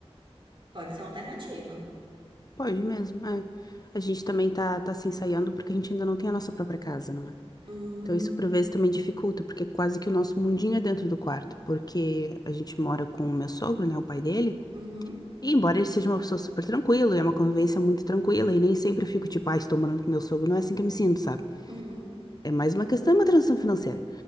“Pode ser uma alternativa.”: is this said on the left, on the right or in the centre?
Right